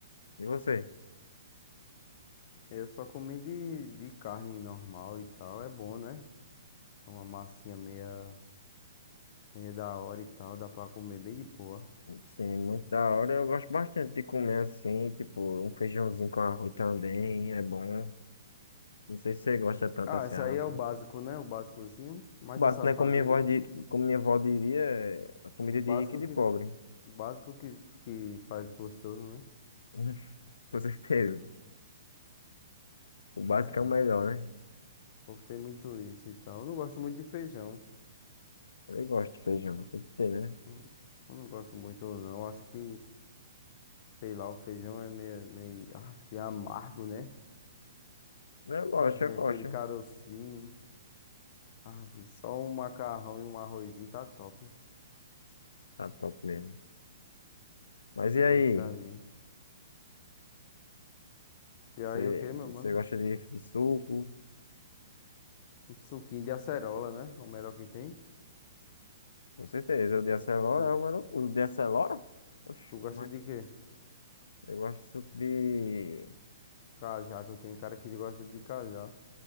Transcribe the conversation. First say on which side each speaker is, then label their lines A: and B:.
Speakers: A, on the left; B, on the left.
A: E você?
B: Eu só comi de, de carne normal e tal. É bom, né? É uma massinha meia, meia da hora e tal. Dá pra comer bem de boa.
A: Sim, muito da hora. Eu gosto bastante de comer assim, tipo, um feijãozinho com arroz também, é bom. Não sei se você gosta tanto
B: Ah,
A: assim.
B: esse
A: arroz.
B: aí é o básico, né? O básicozinho. Mas
A: Basta,
B: tu sabe
A: né?
B: fazer
A: Como minha avó,
B: aí.
A: di- como minha avó diria, é a comida
B: O básico
A: de rico e de
B: que,
A: pobre.
B: o básico que, que faz gostoso, né?
A: <laughs> Com certeza. O básico
B: É,
A: é o melhor,
B: então,
A: né?
B: o povo tem muito isso e tal. Eu não gosto muito de feijão.
A: Eu gosto de feijão, tem que ter, né?
B: Hum, Eu não gosto muito, não. Eu Acho que, sei lá, o feijão é meio, meio af, amargo, né?
A: Eu gosto,
B: Ai,
A: eu gosto.
B: aquele carocinho. Ave, só um macarrão e um arrozinho tá top.
A: Tá top mesmo. Mas e aí?
B: E um franguinho. E
A: Você,
B: aí, o que, meu
A: você
B: mano?
A: gosta de, de suco?
B: Um suquinho de acerola, né? É O melhor que tem.
A: Com certeza. O de acelora
B: Tu,
A: é o melhor. O de acelora? Oxe,
B: tu gosta
A: mas
B: de quê?
A: eu gosto de suco de.
B: Cajá, tu tem cara que gosta de cajá.